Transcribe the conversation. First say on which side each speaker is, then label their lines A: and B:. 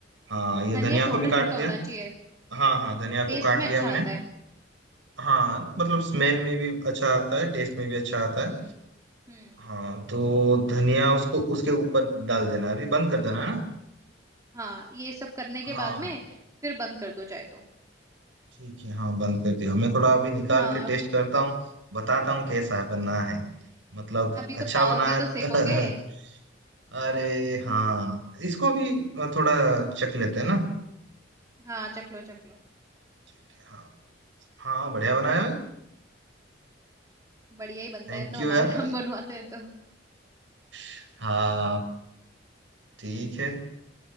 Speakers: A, on the right (about 80°); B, on the right (about 20°).
A: हाँ ये
B: धनिया
A: धनिया को
B: छोटा
A: भी काट
B: छोटा
A: दिया
B: होना चाहिए
A: हाँ हाँ धनिया
B: टेस्ट
A: को काट
B: में
A: लिया
B: अच्छा
A: मैंने
B: आता है
A: हाँ मतलब स्मेल में भी अच्छा आता है टेस्ट में भी अच्छा आता है
B: हम्म हम्म
A: हाँ तो धनिया उसको उसके ऊपर डाल देना अभी बंद कर देना है ना
B: हाँ ये सब करने के
A: हाँ
B: बाद में फिर बंद कर दो चाहे तो
A: ठीक है हाँ बंद कर दिया मैं थोड़ा अभी निकाल
B: हाँ
A: के टेस्ट करता हूँ बताता हूँ कैसा बना है मतलब
B: अभी
A: अच्छा
B: तो पाव
A: बना
B: भी
A: है
B: तो सेकोगे
A: <laughs> अरे हाँ इसको भी थोड़ा चख लेते हैं ना
B: हाँ चख लो चख लो
A: ठीक है हाँ हाँ बढ़िया बनाया भाई
B: बढ़िया ही बनता
A: थैंक
B: है तो
A: यू
B: हमारा
A: यार
B: हम बनवाते हैं तो।
A: <laughs> हाँ ठीक है